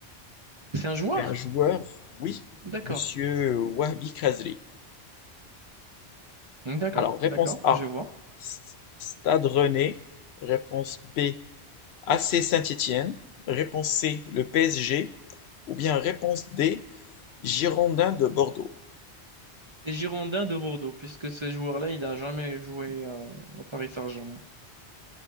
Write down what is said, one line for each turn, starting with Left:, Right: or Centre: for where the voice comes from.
Right: C'est un joueur?
Left: C'est un joueur, oui,
Right: D'accord.
Left: Monsieur Wahbi Khazri.
Right: D'accord,
Left: Alors, réponse
Right: d'accord,
Left: A,
Right: je vois.
Left: S- Stade Rennais. Réponse B, AC Saint-Étienne. Réponse C, le PSG. Ou bien réponse D, Girondins de Bordeaux.
Right: C'est Girondin de Bordeaux, puisque ce joueur-là, il n'a jamais joué euh, au Paris Saint-Germain.